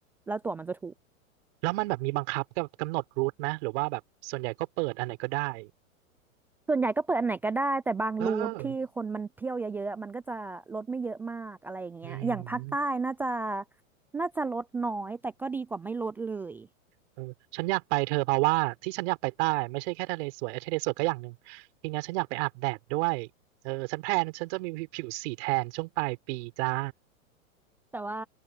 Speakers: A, in the centre; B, on the right.
A: แล้วตั๋วมันจะถูก
B: แล้วมันแบบมีบังคับกับกำหนดรูทไหมหรือว่าแบบส่วนใหญ่ก็เปิดอันไหนก็ได้
A: ส่วนใหญ่ก็เปิดอันไหนก็ได้แต่บางรูทที่คนมันเที่ยวเยอะๆมันก็จะลดไม่เยอะมากอะไรอย่างเงี้ยอย่างภาคใต้น่าจะ
B: เอออืม
A: น่าจะลดน้อยแต่ก็ดีกว่าไม่ลดเลย
B: เออฉันอยากไปเธอเพราะว่าที่ฉันอยากไปใต้ไม่ใช่แค่ทะเลสวยเอ้ยทะเลสวยก็อย่างหนึ่งทีเนี้ยฉันอยากไปอาบแดดด้วยเออฉันแพลนฉันจะมีผิวสีแทนช่วงปลายปีจ้า
A: แต่ว่า